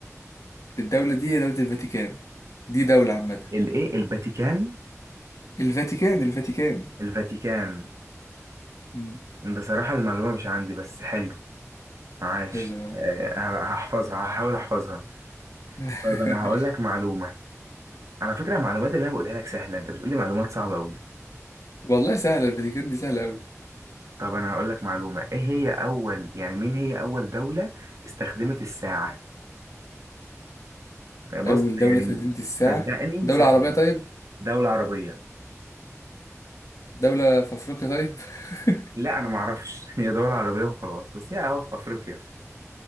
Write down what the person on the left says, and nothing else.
الدولة دي هي دولة الفاتيكان دي دولة عامة
الفاتيكان الفاتيكان
امم
حلو
<laughs>
والله سهلة الفاتيكان دي سهلة أوي
أول
دولة في مدينة الساعة
دولة
عربية طيب
دولة في أفريقيا طيب <laughs>